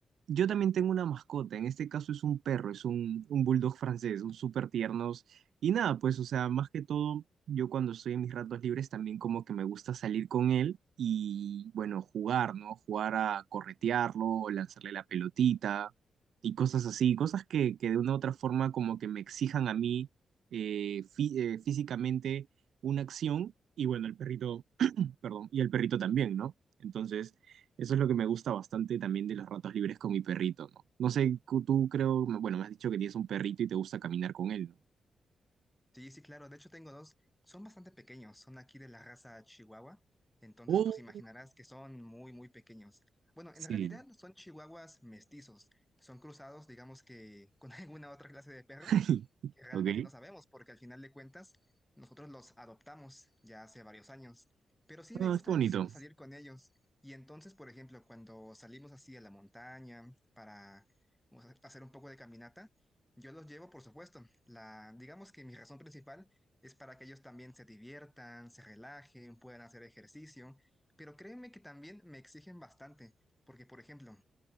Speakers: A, on the right; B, in the centre.
A: yo también tengo una mascota, en este caso es un perro, es un, un bulldog francés, son súper tiernos. Y nada, pues, o sea, más que todo, yo cuando estoy en mis ratos libres también como que me gusta salir con él y, bueno, jugar, ¿no? Jugar a corretearlo o lanzarle la pelotita y cosas así, cosas que, que de una u otra forma como que me exijan a mí eh, fí- eh, físicamente una acción y bueno, el perrito, perdón, y el perrito también, ¿no? Entonces, eso es lo que me gusta bastante también de los ratos libres con mi perrito, ¿no? No sé, cu- tú creo, bueno, me has dicho que tienes un perrito y te gusta caminar con él, ¿no?
B: Sí, sí, claro, de hecho tengo dos, son bastante pequeños, son aquí de la raza Chihuahua, entonces
A: Oh,
B: pues imaginarás que son muy, muy pequeños. Bueno,
A: sí.
B: en realidad son chihuahuas mestizos, son cruzados, digamos que con <laughs> alguna otra clase de perro,
A: <laughs>
B: que realmente
A: Ok.
B: no sabemos, porque al final de cuentas nosotros los adoptamos ya hace varios años. Pero sí
A: Ah,
B: me gusta
A: qué
B: muchísimo
A: bonito.
B: salir con ellos. Y entonces, por ejemplo, cuando salimos así a la montaña para o sea, hacer un poco de caminata, yo los llevo, por supuesto. La, digamos que mi razón principal es para que ellos también se diviertan, se relajen, puedan hacer ejercicio. Pero créeme que también me exigen bastante, porque, por ejemplo,